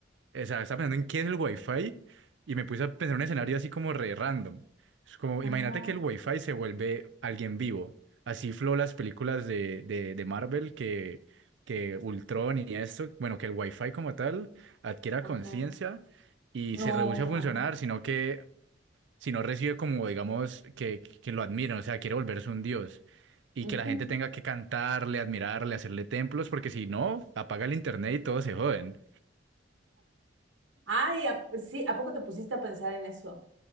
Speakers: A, on the right; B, on the right.
A: O sea, estaba pensando en qué es el Wi-Fi y me puse a pensar en un escenario así como re random. Es como,
B: ajá,
A: imagínate que el Wi-Fi se vuelve alguien vivo. Así flow las películas de, de, de Marvel que, que Ultron y esto, bueno, que el Wi-Fi como tal adquiera
B: ajá.
A: conciencia y
B: No,
A: se reduce a funcionar,
B: ajá.
A: sino que si no recibe como, digamos, que, que lo admiran, o sea, quiere volverse un dios. Y
B: ujú.
A: que la gente tenga que cantarle, admirarle, hacerle templos, porque si no, apaga el internet y todos se joden.
B: Ay, ¿a- sí, ¿a poco te pusiste a pensar en eso?